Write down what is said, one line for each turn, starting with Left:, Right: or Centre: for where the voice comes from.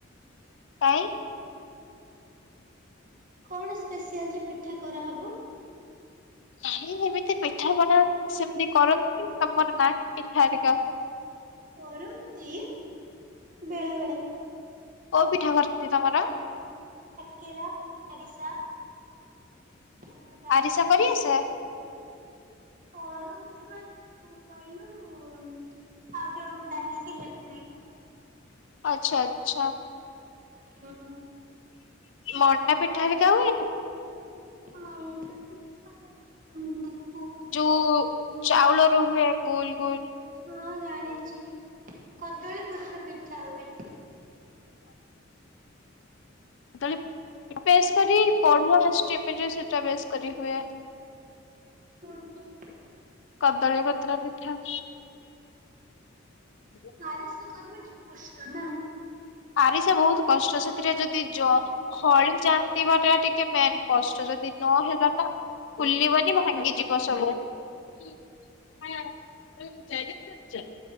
Left: କାଇଁ
Right: କଣ ସ୍ପେଶିଆଲ୍ ଯେ ପିଠା କରାହବ?
Left: ନାହିଁ ଏମିତି ପିଠାପଣା ସେମ୍ତି କରନ୍ତିନି ତମର୍ ନାଇଁ ପିଠା ହେରୀକା
Right: କରନ୍ତି ବେଳେ ବେଳେ
Left: କୋଉ ପିଠା କରନ୍ତି ତମର?
Right: କାକେରା ଆରିସା ତାପରେ ରାନ୍ଧିକି
Left: ଆରିସା କରିଆସେ?
Right: କରନ୍ତି ମାନେ କଣ କହିଲୁ ଉଁ ଆଉ ଜଣଙ୍କୁ ଡାକିକି ହେଲ୍ପ ନେଇକି କ
Left: ଆଛା ଆଚ୍ଛା।
Right: ହୁଁ।
Left: ମଣ୍ଡା ପିଠା ହେରିକା ହୁଏ?
Right: ମଣ୍ଡାପିଠା ହୁଁ
Left: ଯୋଉ ଚାଉଳରୁ ହୁଏ ଗୋଲ୍ ଗୋଲ୍
Right: ହଁ ଜାଣିଚି କଦଳୀପତ୍ର ପିଠା ହୁଏ।
Left: <unintelligible> ବେସ୍ କରି ପରୁଁଆ ଅଷ୍ଟମିରେ ସେଟା ବେଶ୍ କରି ହୁଏ।
Right: <unintelligible>
Left: କଦଳୀ ପତ୍ର ପିଠା। <inaudible>
Right: ଆରିସା କରିବା ଟିକ୍ କଷ୍ଟ ନା?
Left: ଆରିସା ବହୁତ୍ କଷ୍ଟ ସେଥିରେ ଯଦି ଜ ଖଳି ଯାନ୍ତି ବାନେ ଟିକେ ମେନ୍ କଷ୍ଟ ଯଦି ନ ହେଲା ନା ଫୁଲ୍ଲୀବନି ଭାଙ୍ଗିଯିବ ସବୁ। ହୁଁ ହଁ ତମେ <unintelligible> କରିଛ?